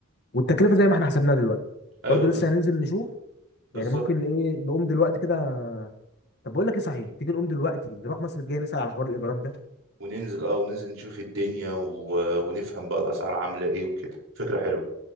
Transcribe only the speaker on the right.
ايوه
بال-
بالظبط
وننزل اه وننزل نشوف الدنيا و... ونفهم بقى الأسعار عاملة ايه وكده فكرة حلوة